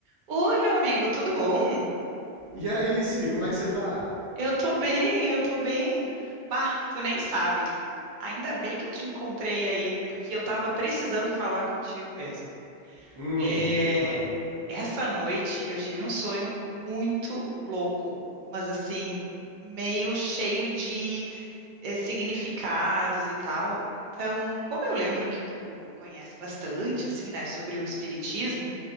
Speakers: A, on the right; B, on the right.
A: Oi, meu amigo, tudo bom?
B: E aí, Si, como é que você tá?
A: Eu tô bem, eu tô bem. Bah, tu nem sabe. Ainda bem que eu te encontrei aí, porque eu tava precisando falar contigo mesmo.
B: Hum,
A: É,
B: o que que manda?
A: essa noite eu tive um sonho muito louco, mas assim, meio cheio de eh, significados e tal. Então, como eu lembro que tu conhece bastante, assim, né, sobre o espiritismo,